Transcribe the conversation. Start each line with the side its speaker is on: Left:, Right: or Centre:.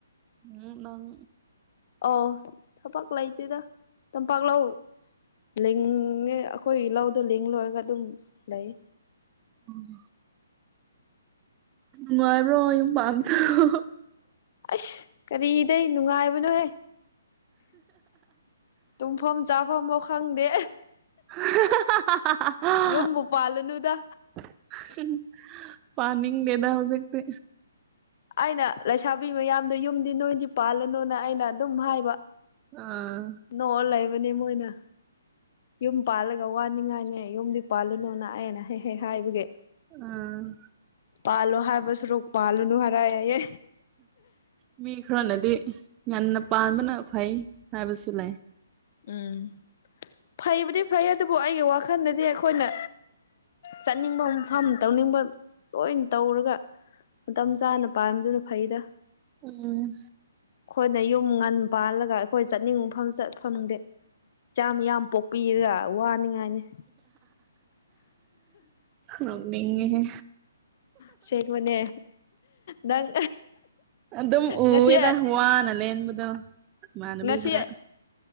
Right: ꯎꯝ ꯅꯪ
Left: ꯑ ꯊꯕꯛ ꯂꯩꯇꯦꯗ ꯇꯝꯄꯥꯛ ꯂꯧ ꯂꯤꯡꯉꯦ ꯑꯩꯈꯣꯏꯒꯤ ꯂꯧꯗꯣ ꯂꯤꯡ ꯂꯣꯏꯔꯒ ꯑꯗꯨꯝ ꯂꯩ
Right: ꯎꯝ ꯅꯨꯡꯉꯥꯏꯕ꯭ꯔꯣ ꯌꯨꯝ <unintelligible>
Left: ꯑꯁ ꯀꯔꯤꯗꯩ ꯅꯨꯡꯉꯥꯏꯕꯅꯣꯍꯦ ꯇꯨꯝꯐꯝ ꯆꯥꯐꯝꯃ ꯈꯪꯗꯦ꯫
Right: <unintelligible>
Left: ꯌꯨꯝꯕꯨ ꯄꯥꯜꯂꯅꯨꯗ
Right: ꯄꯥ ꯅꯤꯡꯗꯦꯗꯥ ꯍꯧꯖꯤꯛꯇꯤ
Left: ꯑꯩꯅ ꯂꯩꯁꯥꯕꯤ ꯃꯌꯥꯝꯗꯣ ꯌꯨꯝꯗꯤ ꯅꯣꯏꯗꯤ ꯄꯥꯜꯂꯅꯨꯅ ꯑꯩꯅ ꯑꯗꯨꯝ ꯍꯥꯏꯕ
Right: ꯑꯥ
Left: ꯅꯣꯡ ꯂꯩꯕꯅꯦ ꯃꯣꯏꯅ ꯌꯨꯝ ꯄꯥꯜꯂꯒ ꯋꯥꯅꯤꯡꯉꯥꯏꯅꯦ ꯌꯨꯝꯗꯤ ꯄꯥꯜꯂꯨꯅꯨꯅ ꯑꯩꯅ ꯍꯦꯛ ꯍꯦꯛ ꯍꯥꯏꯕꯒꯤ꯫
Right: ꯑ
Left: ꯄꯥꯜꯂꯣ ꯍꯥꯏꯕ ꯁꯔꯣꯛ ꯄꯥꯜꯂꯨꯅꯨ ꯍꯥꯏꯔꯌꯦ꯫
Right: ꯃꯤ ꯈꯔꯅꯗꯤ ꯌꯥꯝꯟꯅ ꯄꯥꯟꯕꯅ ꯐꯩ ꯍꯥꯏꯕꯁꯨ ꯂꯩ꯫
Left: ꯎꯝ ꯐꯩꯕꯨꯗꯤ ꯐꯩ ꯑꯗꯨꯕꯨ ꯑꯩꯒꯤ ꯋꯥꯈꯜꯗꯗꯤ ꯑꯩꯈꯣꯏꯅ ꯆꯠꯅꯤꯡꯕ ꯃꯐꯝ ꯇꯧꯅꯤꯡꯕ ꯂꯣꯏ ꯇꯧꯔꯒ ꯃꯇꯝ ꯆꯥꯅ ꯄꯥꯅꯕꯗꯨꯅ ꯐꯩꯗ
Right: ꯎꯝ
Left: ꯑꯩꯈꯣꯏꯅ ꯌꯨꯝ ꯉꯟ ꯄꯥꯜꯂꯒ ꯑꯩꯈꯣꯏ ꯆꯠꯅꯤꯡꯉꯐꯝ ꯆꯇ ꯐꯪꯗꯦ ꯆꯥꯝꯃ ꯌꯥꯝ ꯄꯣꯛꯄꯤꯔꯒ ꯋꯥꯅꯤꯡꯉꯥꯏ ꯅꯤꯡꯉꯥꯏ
Right: ꯅꯣꯀꯅꯤ ꯑꯍꯦ
Left: ꯑꯁꯦꯡꯕꯅꯦ ꯅꯪ
Right: ꯑꯗꯨꯝ ꯎꯋꯦꯗ
Left: ꯉꯁꯤ
Right: ꯋꯥꯅ ꯂꯦꯟꯕꯗꯣ ꯏꯃꯥꯟꯅꯕꯤ
Left: ꯉꯁꯤ
Right: ꯈꯔ